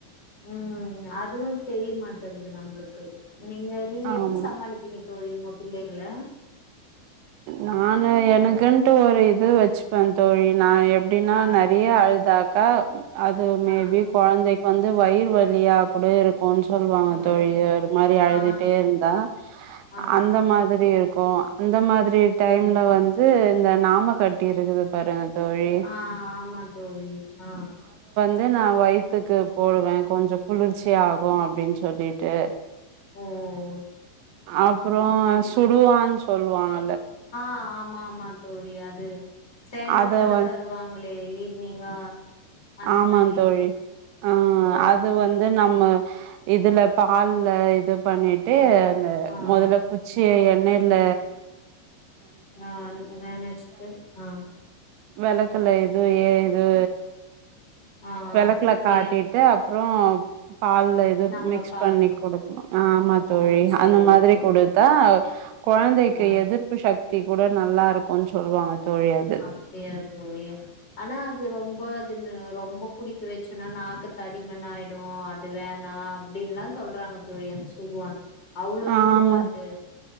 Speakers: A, on the left (about 25°); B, on the right (about 80°).
A: ம் ந அதுவு தெரியமாட்டென்து நம்மளு க்கு நீங்க நீங்க
B: ஆமா
A: எப்டி சமாளிப்பிங்க தோழி உங்க பிள்ளைகள?
B: நானு எனக்குன்ட்டு ஒரு இது வச்சுப்பே தோழி நா எப் டின்னா
A: ஆ
B: நறைய அழுதா க்கா அது மேபி
A: ஆ
B: கொழந்தைக்கு வந்து வயிறு வ லியா கூட இரு க்குன் சொல்வாங்க
A: ஆ
B: தோழி ஒரு மாரி அழுதுட்டே
A: ஆ
B: இருந்தா
A: ஆ
B: அந்த மாதிரி இரு க்கு அந்த மாதி ரி‌ டைம்ல
A: ம்
B: வந்து இந்த நாம கட்டி இருக்குது பாருங்க தோழி
A: ஆ ஆமா தோழி ஆ
B: அது நான் வயிறுத்துக்கு போடுவேன் கொஞ்சம் குளிர்ச்சி ஆகும் அப்படின்னு சொல்லிட்டு
A: உஹம்
B: அப்புறம் சுடுவாச் சொல்லுவாங்க
A: ஆஹ் ஆமா ஆமா தோழி தெரியாது சேர்ந்தஇடத்துல
B: அத வந்
A: தருவாங்க ஈவினிங்கா அந்த
B: ஆமா
A: மாரி
B: தோழி ஆஹ்
A: ஓ
B: அது வந்து நம்ம இதுல பால்ல இது பண்ணிட்டு
A: ஆ
B: அந்த
A: ஆ
B: முதல் குச்சி அன்னைல
A: நா நெனச்சுட்டு ஆஹ்
B: வெளக்குல இது ஏ இது
A: ஆ
B: வெளக்குல காட்டிட்டு
A: எ
B: அ அப்றோ பால்ல இதுவு
A: நம்ம
B: மிக்ஸ்
A: பால்
B: பண்ணி கொடுக்ணோ ஆமா
A: ஓ
B: தோழி
A: சேரி
B: அந்த மாதிரி
A: தோழி
B: கொடுத்தா கொழந்தைக்கு
A: ஆ
B: எதிர்ப்பு ஷக் தி கூட நல்லா இருக்கோன் சொல்வாங்க தோழி அது
A: அப்டிய தோழி ஆனா அது ரொம்ப அது நு ரொம்ப குடிக்கவச்சுனா நாக்கு தடிமண் ஆயிடோ அது வேணா அப்டின்லா சொல்றாங்க தோழி அந்த சுடுவான் அவ்ளோ
B: ஆமா
A: இதுவா அது